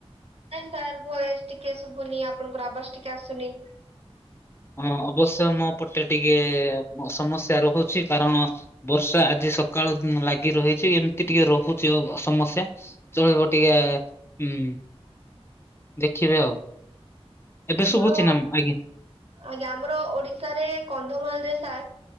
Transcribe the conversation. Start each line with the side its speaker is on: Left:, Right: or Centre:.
Right: ନାଇଁ ସାର୍ ଭୟସେ୍ ଟିକେ ଶୁଭୁନି ଆପଣଙ୍କର ଆବାଜ୍ ଟିକେ ଆସୁନି।
Left: ହଁ ଅବଶ୍ୟ ମୋପଟେ ଟିକେ ସମସ୍ୟା ରହୁଛି କାରଣ ବର୍ଷା ଆଜି ସକାଳୁ ଲାଗିରହିଛି ଏମତି ଟିକେ ରହୁଛି ସମସ୍ୟା। ଚଳିବ ଟିକେ ହୁଁ। ଦେଖିବେ ଆଉ। ଏବେ
Right: ଆମର।
Left: ଶୁଭୁଛି ନା ଆଜ୍ଞା
Right: ଆଜ୍ଞା ଆମର ଓଡିଶାରେ କନ୍ଧମାଳରେ ସାର୍